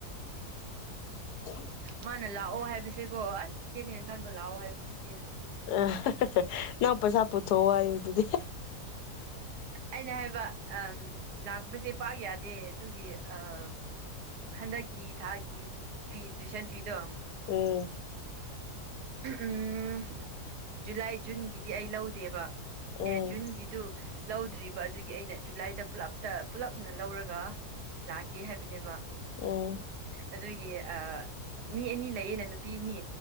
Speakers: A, on the left; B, on the right.
A: <inaudible>
B: ꯃꯅ ꯂꯥꯛꯑꯣ ꯍꯥꯏꯕꯁꯦꯀꯣ ꯑꯁ <unintelligible> ꯈꯟꯕ ꯂꯥꯛꯑꯣ ꯍꯥꯏꯕꯁꯤꯗꯤ
A: ꯑ ꯅꯪ ꯄꯩꯁꯥ ꯄꯨꯊꯣꯛꯑꯣ ꯍꯥꯏꯨ ꯑꯗꯨꯗꯤ
B: ꯑꯩꯅ ꯍꯥꯏꯕ ꯑꯪ ꯂꯥꯛꯄꯁꯦ ꯄꯥꯛ ꯌꯥꯗꯦ ꯑꯗꯨꯒꯤ ꯑꯪ ꯍꯟꯗꯛꯀꯤ ꯊꯒꯤ ꯐꯤ ꯇꯨꯏꯁꯟ ꯐꯤꯗꯣ
A: ꯎꯝ
B: ꯎꯝ ꯖꯨꯂꯥꯏ ꯖꯨꯟꯒꯤꯗꯤ ꯑꯩ ꯂꯧꯗꯦꯕ
A: ꯎꯝ
B: ꯑꯦ ꯖꯨꯟꯒꯤꯗꯨ ꯂꯧꯗ꯭ꯔꯤꯕ ꯑꯗꯨꯒꯤ ꯑꯩꯅ ꯖꯨꯂꯥꯏꯗ ꯄꯨꯂꯞꯇ ꯄꯨꯜꯂꯞꯅ ꯂꯧꯔꯒ ꯂꯥꯛꯀꯦ ꯍꯥꯏꯕꯅꯦꯕ
A: ꯎꯝ
B: ꯑꯗꯨꯒꯤ ꯃꯤ ꯑꯅꯤ ꯂꯩꯌꯦꯅ ꯅꯨꯄꯤ ꯑꯅꯤ